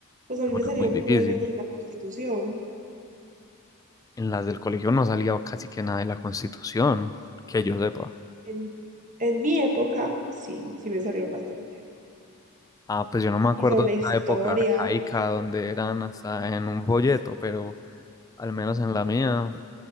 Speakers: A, on the right; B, on the left.
A: Pues a mí
B: fuera
A: me salieron
B: muy difícil.
A: puras vainas de la Constitución.
B: En las del colegio no salía casi que nada de la Constitución, que yo sepa.
A: En, en mi época, sí, sí me salieron bastante.
B: Ah, pues yo no me acuerdo
A: Y sobre
B: de
A: historia,
B: esa época arcaica donde eran hasta en un folleto, pero al menos en la mía